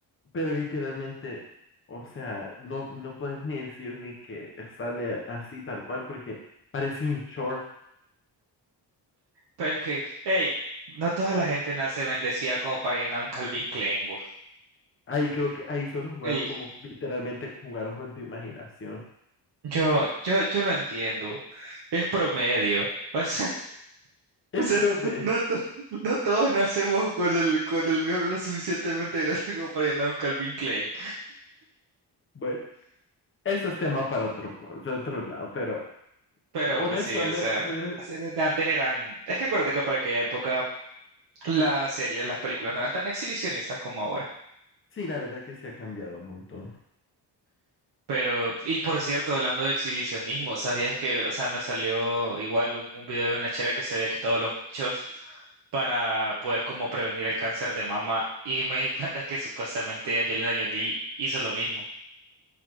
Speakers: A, on the left; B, on the right.
A: Pero literalmente, o sea, no, no puedes ni decir ni que sale así tal cual, porque parece un short.
B: Pero es que, hey, no toda la gente nace bendecida como para llenar un Calvin Klein, vos.
A: Ahí creo que ahí solo jugaron
B: Ey,
A: como literalmente jugaron con tu imaginación.
B: yo,
A: <laughs>
B: yo, yo lo entiendo, es promedio, o sea, <laughs>
A: Y
B: o sea,
A: profe,
B: no, to- no todos nacemos con el, con el miembro lo suficientemente grande como para llenar un Calvin Klein.
A: bueno, eso es tema para otro, para otro lado, pero.
B: Pero
A: Honestamente,
B: pues sí, o sea,
A: regre-
B: las series de antes eran... Es que acuérdate que para aquella época las series, las películas no eran tan exhibicionistas como ahora.
A: sí, la verdad que se ha cambiado un montón.
B: Pero, y por cierto, hablando de exhibicionismo, ¿sabías que, o sea, me salió igual un, un video de una chera que se había quitado los pechos para poder como prevenir el cáncer de mama y me di <laughs> cuenta que supuestamente Angelina Jolie hizo lo mismo.